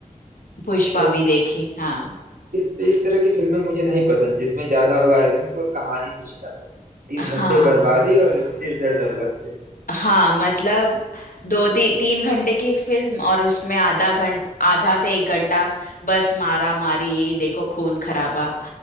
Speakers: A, on the left; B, on the right.
A: <laughs> पुष्पा
B: तो
A: भी देखी हाँ
B: इस इस तरह की फिल्में मुझे नहीं पसंद जिसमें ज्यादा वायलेंस और कहानी कुछ ना हो तीन
A: हाँ
B: घंटे बर्बादी और सिर दर्द अलग से
A: हाँ मतलब दो ती, तीन घंटे की फिल्म और उसमें आधा घंट आधा से एक घंटा बस मारा मारी यही देखो खून खराबा